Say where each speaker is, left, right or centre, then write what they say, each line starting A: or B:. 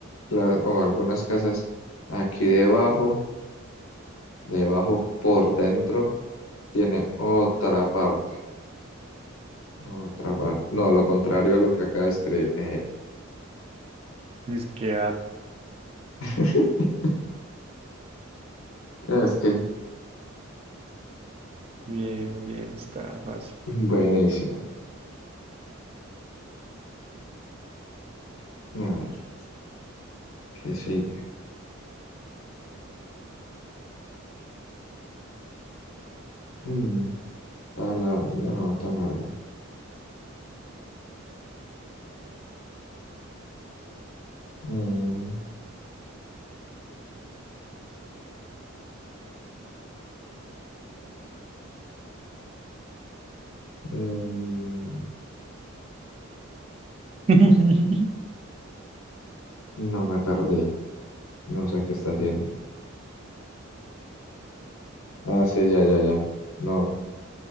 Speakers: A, on the left; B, on the right.
A: la- o algunas casas aquí debajo, debajo por dentro, tiene otra parte. Otra parte. No, lo contrario a lo que acaba de escribir. eh.
B: que
A: <laughs> Es que,
B: Bien, bien, está fácil.
A: buenísimo. A ver, ¿qué sigue? Mm, tan larga, no, no, tan larga. Mm, mm,
B: <laughs>
A: no me perdí. No sé qué está haciendo. Ah, sí, ya, ya, ya. No,